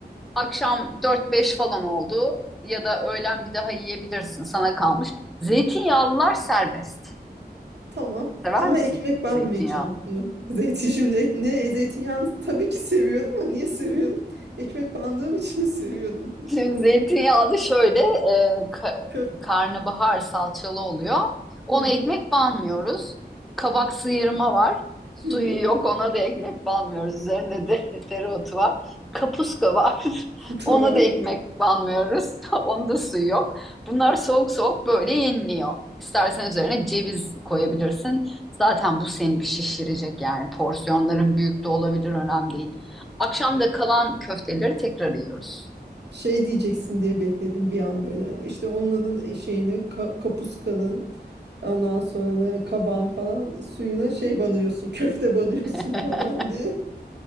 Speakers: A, in the centre; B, on the right.
A: akşam dört beş falan oldu ya da öğlen bir daha yiyebilirsin sana kalmış. Zeytinyağlılar serbest.
B: Tamam.
A: Sever
B: Ama
A: misin
B: ekmek banmayacağım
A: zeytinyağı?
B: mı? Zeytin şimdi ek- ne zeytinyağını tabii ki seviyordum ama niye seviyordum? Ekmek bandığım için <laughs> seviyordum.
A: Şimdi zeytinyağı da şöyle e, ka-
B: Köp.
A: karnabahar salçalı oluyor.
B: Hı
A: Ona
B: hı.
A: ekmek banmıyoruz. Kabak sıyırma var. Suyu
B: Hı hı.
A: yok ona da ekmek banmıyoruz. Üzerinde de <laughs> dereotu var. Kapuska var. <laughs>
B: <laughs> Tamam.
A: Ona da ekmek banmıyoruz. <laughs> Onda da suyu yok. Bunlar soğuk soğuk böyle yeniliyor. İstersen üzerine ceviz koyabilirsin. Zaten bu seni bir şişirecek yani. Porsiyonların büyük de olabilir önemli değil. Akşam da kalan köfteleri tekrar yiyoruz.
B: Şey diyeceksin diye bekledim bir an böyle. İşte onların şeyini ka- kapuskanın ondan sonra da kabağın falan suyuna şey banıyorsun. Köfte banıyorsun
A: <laughs>
B: <laughs> falan diye.